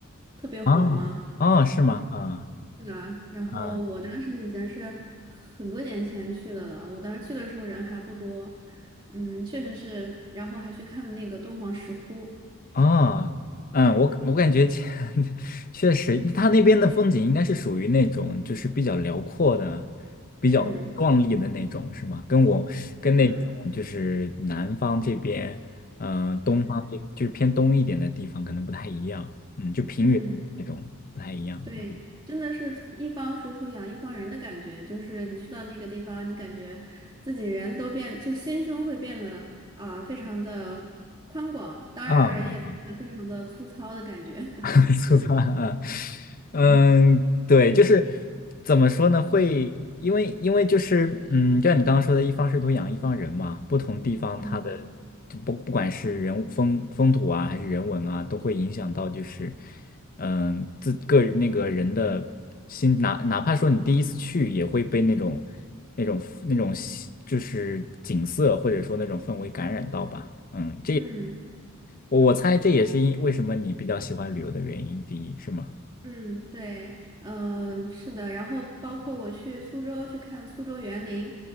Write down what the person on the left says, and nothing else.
啊、哦，哦是吗？
啊、
啊、
啊，嗯，我我感觉 <laughs> 确实，它那边的风景应该是属于那种就是比较辽阔的、比较壮丽的那种，
是吗？跟我跟那种就是南方这边，
嗯、东方这就是偏东一点的地方可能不太一样，
嗯，就平原那种不太一样，
嗯，
啊啊
<laughs> 粗糙啊，嗯，对，就是怎么说呢？会因为因为就是嗯，就像你刚刚说的，一方水土养一方人嘛，不同地方它的
就不不管是人物风风土啊，还是人文啊，都会影响到就是嗯自个人那个人的心，哪哪怕说你第一次去，也会被那种那种那种就是景色或者说那种氛围感染到吧，嗯。
我我猜这也是因为什么你比较喜欢旅游的原因第一，是吗？